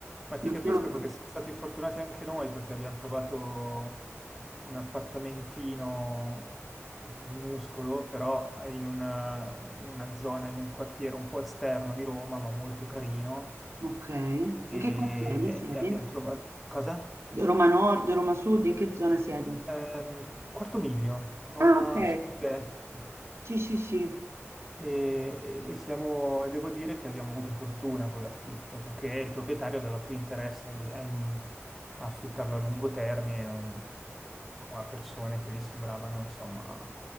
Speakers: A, in the centre; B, on the right (about 60°).
A: Ma ti
B: non
A: capisco
B: solo
A: Eh, perché siamo stati fortunati anche noi perché abbiamo trovato un appartamentino minuscolo, però in una, in una zona, in un quartiere un po' esterno di Roma, ma molto carino.
B: ok.
A: E,
B: In che quartiere siete?
A: e abbiamo trovato... Cosa?
B: Roma Nord, Roma Sud, in che zona siete?
A: Ehm, Quarto Miglio, Roma
B: Ah, ok.
A: Sud-Est.
B: Sì, sì, sì.
A: E, e siamo, devo dire che abbiamo avuto fortuna con l'affitto, perché il proprietario aveva più interesse in- a, in- a affittarlo a lungo termine, non, con- a persone che gli sembravano, insomma,